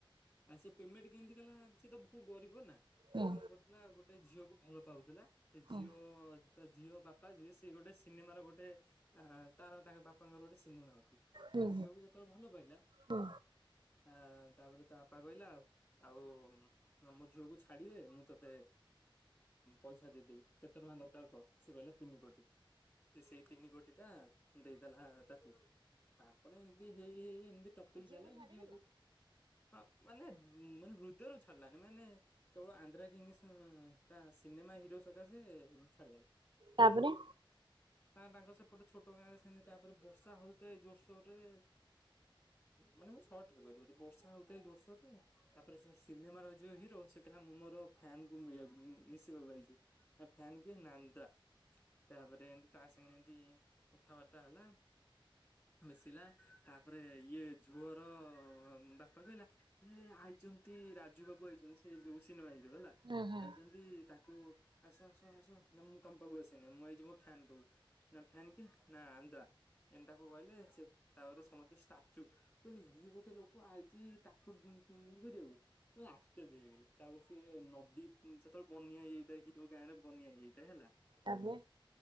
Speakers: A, on the left; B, on the right.
A: ଆ ସେ ପେମେଣ୍ଟ କେମିତି କଲା ସିଏ ତ ବୋହୁତ ଗରିବ ନା
B: ହୁଁ
A: ସିଏ କଣ କରିଥିଲା ଗୋଟେ ଝିଅକୁ ଭଲ ପାଉଥିଲା ସେ
B: ହୁଁ
A: ଝିଅ ତା ଝିଅ ବାପା ଯିଏ ସେ ଗୋଟେ ସିନେମା ର ଗୋଟେ ଅ ତାର ତାଙ୍କ ବାପାଙ୍କର ଗୋଟେ ସିନେମା ଅଛି।
B: ହୁଁ
A: ସେ ଝିଅକୁ ଯେତେବେଳେ ଭଲ ପାଇଲା
B: ହୁଁ
A: ହଁ ତାପରେ ତା ବାପା କହିଲା ଆଉ ଆଉ ମୋ ଝିଅକୁ ଛାଡିଦେ ମୁଁ ତତେ ପଇସା ଦେଇଦେବି କେତେ ଟଙ୍କା ଦରକାର କହ। ସେ କହିଲା ତିନି କୋଟି ସେ ସେଇ ତିନି କୋଟି ଟା ଦେଇଦେଲା ତାକୁ। ତାପରେ ଏମିତି ହେଇ ହେଇ ଏମତି ଟପିକ ଚାଲିଲା। ସେ ଝିଅକୁ ହଁ ମାନେ ମାନେ ହୃଦୟରୁ ଛାଡିଲାନି ମାନେ କେବଳ ଆନ୍ଧ୍ରା କିଙ୍ଗ ତା ସିନେମା ହିରୋ ସକାଶେ ଛାଡିଦେଲା।
B: ତାପରେ?
A: ନା ତାଙ୍କ ସେପଟେ ଛୋଟ ଗାଁ ରେ ସେମିତି ତାପରେ ବର୍ଷା ହଉଥାଏ ଜୋରସୋର ରେ ମାନେ ମୁଁ ସର୍ଟରେ କହିଦଉଚି ବର୍ଷା ହଉଥାଏ ଜୋରସୋରରେ ତାପରେ ସେ ସିନେମା ରହିଚି ଯୋଉ ହିରୋ ସେ କହିଲା ମୁଁ ମୋର ଫ୍ୟାନ କୁ ମିଳିବାକୁ ମିଶିବାକୁ ଆଇଚି। ନା ଫ୍ୟାନ କିଏ? ନା ଆନ୍ଦ୍ରା। ତାପରେ ଏମିତି ତା ସାଙ୍ଗେରେ ଏମତି କଥାବାର୍ତ୍ତା ହେଲା। ମିଶିଲା ତାପରେ ଇଏ ଝୁଅର ବାପା କହିଲା ଏ ଆଇଚନ୍ତି ରାଜୁ ବାବୁ ଆଇଚନ୍ତି ସେ ଯୋଉ ସିନେମା ହିରୋ ହେଲା
B: ହୁଁ ହୁଁ
A: ଆଇଚନ୍ତି। ତାକୁ ଆସ ଆସ ଆସ ନା ମୁଁ ତମ ପାଖକୁ ଆସିନି ମୁଁ ଆଇଚି ମୋ ଫ୍ୟାନ୍ ପାକୁ। ନା ଫ୍ୟାନ୍ କିଏ? ନା ଆନ୍ଦ୍ରା। ଏନ୍ ତାକୁ କହିଲେ ସେ ତାପରେ ସମସ୍ତେ ଷ୍ଟାଚୁ। କହିଲି ଇଏ ଗୋଟେ ଲୋକ ଆଇଚି ତାକୁ ଇଏ କରିବାକୁ। ଆଶ୍ଚର୍ଯ୍ୟ ହେଇଗଲେ ତାପରେ ସିଏ ନ ଦି ସେତେବେଳେ ବନ୍ୟା ହେଇଯାଇଥାଏ ହିରୋ ଗାଁ ରେ ବନ୍ୟା ହେଇଯାଇଥାଏ ହେଲା।
B: ତାପରେ